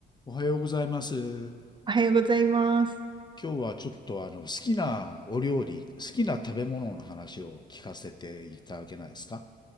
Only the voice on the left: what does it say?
おはようございます。今
日はちょっとあの好きなお料理、好きな食べ物の話を聞かせていただけないですか